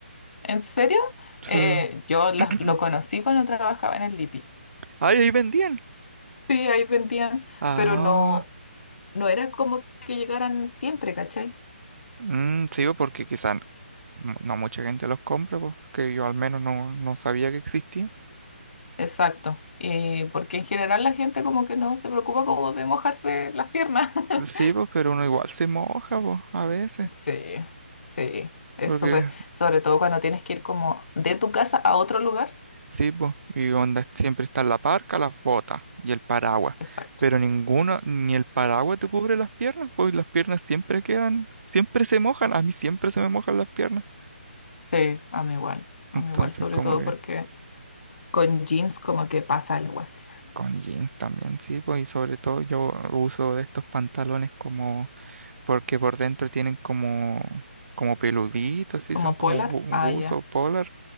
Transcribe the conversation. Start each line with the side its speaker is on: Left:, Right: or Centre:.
Left: ¿En serio? Eh,
Right: sí.
Left: yo
Right: <clears throat>
Left: las- lo conocí cuando trabajaba en el Lipi.
Right: Ay, ahí vendían,
Left: Sí, ahí vendían,
Right: ah,
Left: pero no, no era como que llegaran siempre, ¿cachai?
Right: mm, sí, porque quizás no no mucha gente los compra, pues, porque yo al menos no, no sabía que existían.
Left: Exacto. Y porque en general la gente como que no se preocupa como de mojarse las piernas. <laughs>
Right: Sí, pues, pero uno igual se moja, pues, a veces.
Left: Sí, sí. Es
Right: Porque,
Left: súper, sobre todo cuando tienes que ir como de tu casa a otro lugar.
Right: sí, pues, y onda, siempre está la parca, las botas y el paraguas.
Left: Exacto.
Right: Pero ninguno, ni el paraguas te cubre las piernas, pues las piernas siempre quedan, siempre se mojan. A mí siempre se me mojan las piernas.
Left: Sí, a mí igual. A
Right: Entonces,
Left: mí igual, sobre
Right: como
Left: todo
Right: que
Left: porque con jeans como que pasa algo así.
Right: con jeans también, sí, pues, y sobre todo yo uso de estos pantalones como, porque por dentro tienen como, como peluditos, sí,
Left: Como
Right: son como
Left: polar,
Right: bu
Left: ah,
Right: buzo,
Left: ya.
Right: polar,